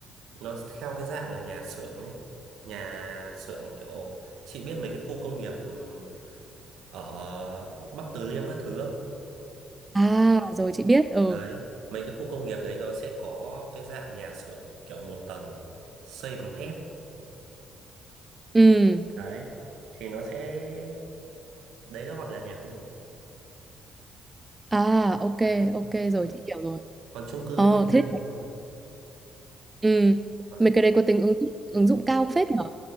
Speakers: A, on the right; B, on the right.
A: nó theo cái dạng là nhà xưởng ấy nhà xưởng kiểu chị biết mấy cái khu công nghiệp ừm, ở Bắc Từ Liêm các thứ không
B: À rồi chị biết. Ừ.
A: đấy mấy cái khu công nghiệp đấy nó sẽ có cái dạng nhà xưởng kiểu một tầng xây bằng thép
B: Ừ.
A: đấy thì nó sẽ đấy nó gọi là nhà công nghiệp
B: À, ok,
A: đấy
B: ok rồi chị hiểu rồi.
A: còn chung cư
B: Ờ
A: với nhà dân
B: thế
A: thì không nói
B: ừ.
A: Ờ.
B: Mấy cái đấy có tính ứng dụng, ứng dụng cao phết nhỉ?